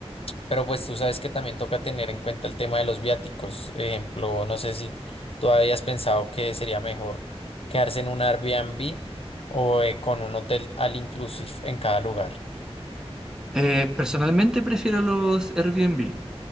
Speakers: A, on the left; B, in the centre.
A: pero pues tú sabes que también toca tener en cuenta el tema de los viáticos. Ejemplo, no sé si tú habías pensado que sería mejor quedarse en un Airbnb o eh, con un hotel al inclusive en cada lugar.
B: Eh, personalmente prefiero los Airbnb